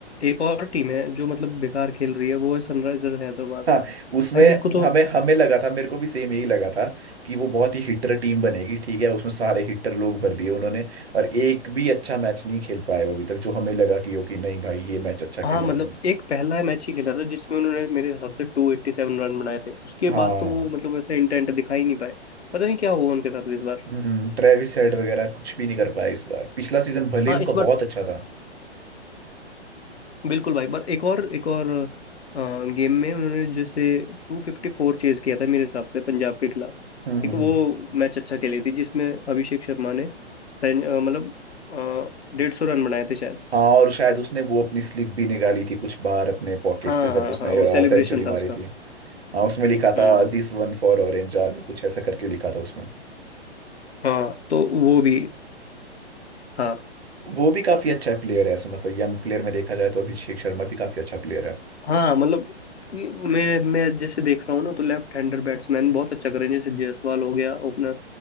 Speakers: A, on the left; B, on the right.
A: एक और टीम है जो मतलब बेकार खेल रही है वो है सनराइजर हैदराबाद
B: हाँ उसमें
A: भाई मेरे को तो
B: हमें हमें लगा था मेरे को भी सेम यही लगा था कि वो बहुत ही हिटर टीम बनेगी ठीक है उसमें सारे हिटर लोग भर दिए उन्होंने और एक भी अच्छा मैच नहीं खेल पाए वो अभी तक जो हमें लगा कि ओके नहीं भाई ये मैच अच्छा खेला
A: हाँ मतलब
B: उन्होंने
A: एक पहला मैच ही खेला था जिसमें उन्होंने मेरे हिसाब से टू एट्टी सेवन रन बनाए थे उसके
B: हाँ
A: बाद तो वो मतलब वैसा इंटेंट दिखा ही नहीं पाए पता नहीं क्या हुआ उनके साथ इस बार
B: हम्म ट्रेविस हेड वगैरह कुछ भी नहीं कर पाए इस बार पिछला सीजन भले
A: हाँ
B: ही उनका
A: इस बार
B: बहुत अच्छा था
A: बिल्कुल भाई पर एक और एक और गेम में उन्होंने जैसे टू फिफ्टी फोर चेज किया था मेरे हिसाब से पंजाब के खिलाफ
B: हम्म
A: एक
B: हम्म, हम्म।
A: वो मैच अच्छा खेली थी जिसमें अभिषेक शर्मा ने सें- अ, मतलब डेढ़ सौ रन बनाए थे शायद
B: हाँ और शायद उसने वो अपनी स्लिप भी निकाली थी कुछ बाहर अपने पॉकेट
A: हाँ
B: से
A: हाँ
B: जब उसने
A: हाँ वो सेलिब्रेशन
B: सेंचुरी
A: था
B: मारी
A: उसका
B: थी हाँ उसमें लिखा
A: हम्म
B: था this one for orange army कुछ ऐसा करके लिखा था उसमें
A: हाँ तो वो भी था
B: वो भी काफी अच्छा प्लेयर है ऐसे मतलब यंग प्लेयर में देखा जाए तो अभिषेक शर्मा भी काफी अच्छा प्लेयर है
A: हाँ मतलब कि मैं मैं जैसे देख रहा हूँ ना तो लेफ्ट हैंडर बैट्समैन बहुत अच्छा कर रहे हैं जैसे जायसवाल हो गया ओपनर